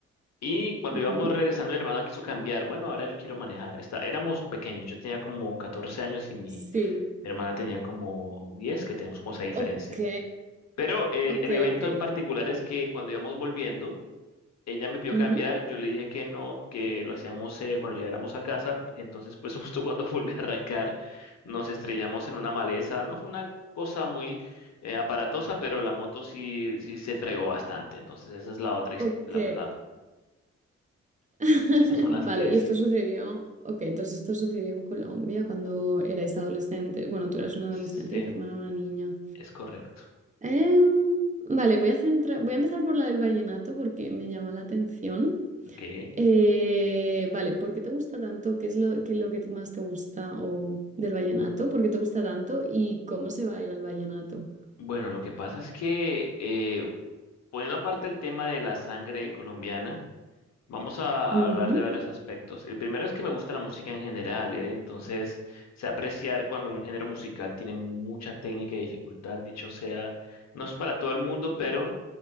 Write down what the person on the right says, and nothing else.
Ujú.
Sí.
Ok.
Ok,
ok.
Ujú.
Ok.
<laughs>
Vale,
y esto sucedió. Ok, entonces esto sucedió en Colombia cuando erais adolescentes. Bueno, tú eras una adolescente
y tu hermana una niña.
Em, vale, voy a centra- voy a empezar por la del vallenato porque me llama la atención.
Eh, vale, ¿por qué te gusta tanto? ¿Qué es lo, qué es lo que más te gusta o del vallenato? ¿Por qué te gusta tanto? ¿Y cómo se baila el vallenato?
Ujú.